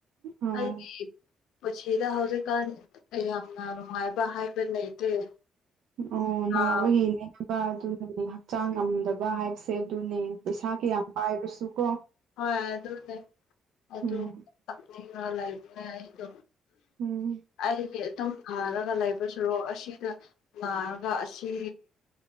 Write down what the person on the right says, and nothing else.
ꯑꯥ
ꯑꯣ ꯅꯥꯕ
ꯌꯦꯡꯅꯤꯡꯈꯤꯕ ꯑꯗꯨꯅꯅꯦ ꯍꯛꯆꯥꯡ ꯉꯝꯗꯕ ꯍꯥꯏꯕꯁꯦ ꯑꯗꯨꯅꯦ ꯄꯩꯁꯥ ꯀ ꯌꯥꯝ ꯄꯥꯏꯕꯁꯨ ꯀꯣ
ꯎꯝ
ꯎꯝ